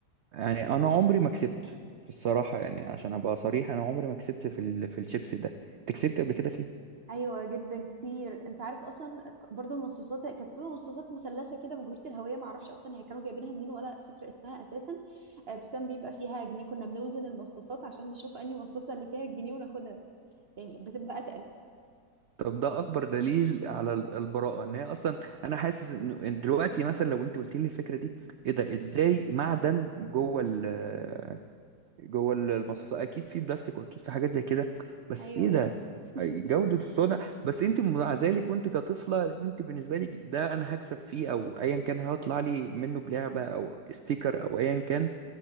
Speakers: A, on the right; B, on the right.
A: يعني انا عمري ما كسبت في الصراحه يعني عشان ابقى صريح انا عمري ما كسبت في ال... في الشيبس ده انت كسبت قبل كده فيه
B: ايوه جدا كتير انت عارف اصلا ك- برضو المصاصات كانت بتبقى مصاصات مثلثه كده مجهوله الهويه ما اعرفش اصلا هي كانوا جايبينها منين ولا فاكره اسمها اساسا آه، بس كان بيبقى فيها جنيه كنا بنوزن المصاصات عشان نشوف انهي مصاصه اللي فيها الجنيه وناخدها يعني بتبقى اتقل
A: طب ده اكبر دليل على ال- البراءه ان هي اصلا انا حاسس انه إن دلوقتي مثلا لو انت قلت لي الفكره دي ايه ده ازاي معدن جوه ال جوه ال- المصاصات اكيد في بلاستيك واكيد في حاجات زي كده بس
B: ايوه
A: ايه ده
B: <laughs>
A: جوده الصنع بس انت مع ذلك وانت كطفله انت بالنسبه لك ده انا هكسب فيه او ايا كان هطلع لي منه بلعبه او ستيكر او ايا كان